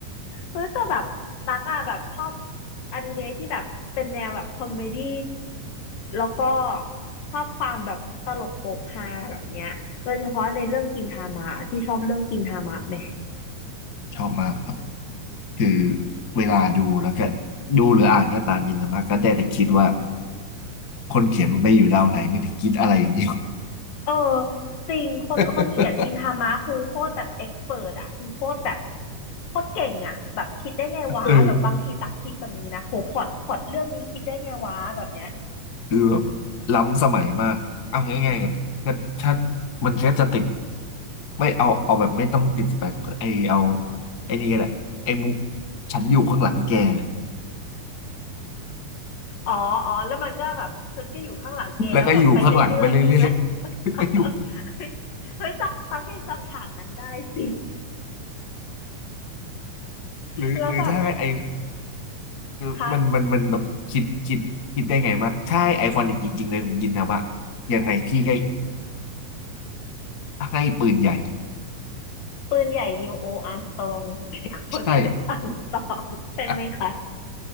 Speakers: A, on the left; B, on the left.
A: เฮ้ยแต่แบบตักอะแบบชอบอนิเมะที่แบบเป็นแนวแบบคอมเมดี้แล้วก็ชอบความแบบตลกโปกฮาแบบเนี้ยโดยเฉพาะในเรื่องกินทามะที่ชอบเรื่องกินทามะไหม
B: ชอบมากครับคือเวลาดูแล้วก็ดูหรืออ่านก็ตามยินนะมากก็ได้แต่คิดว่าคนเขียนมันไม่อยู่ดาวไหนไม่ถึงคิดอะไรอย่างนี้
A: เออจริงคนคนเขียนกินทามะคือโคตรแบบเอ็กซ์เพิรอะคือโคตรแบบ
B: <laughs>
A: โคตรเก่งอะแบบคิดได้ไงวะแบบบางทีตักคิดแบบนี้นะโหพล็อตพล็อตเรื่องนี้คิดได้ไงวะแบบเนี้ย
B: เออคือแบบล้ำสมัยมาก เอาง่ายๆแบบก็ถ้ามันก็จะติดไม่เอาเอาแบบไม่ต้องติดสิบแปดก็ไอเอาไอนี่ก็แหละไอมุกฉันอยู่ข้างหลังแกเนี่ย
A: อ๋อ อ๋อ แล้วมันก็แบบฉันก็อยู่ข้างหลังแกแล้วแบบไปเรื่อยๆใช่ไหม
B: แล้วก็อยู่ข้างหลังไปเรื่อย
A: <laughs>
B: ก็อยู่
A: เฮ้ยตักตักยังจำฉากนั้นได้สิ
B: หรือหรือถ้าไอ
A: แล้วแบบ
B: คือมันมันมันแบบคิดคิดคิดได้ไงว่าใช่ไอคอนิกจริงๆเลยของยินทามะ
A: คะ
B: ยังไงพี่ให้ให้ปืนใหญ่
A: ปืนใหญ่นิวโออาร์มสตรอง <laughs> ใส่โคเชนอาร์มสตรองใช่ไหมคะ
B: ใช่ <laughs> อ่ะ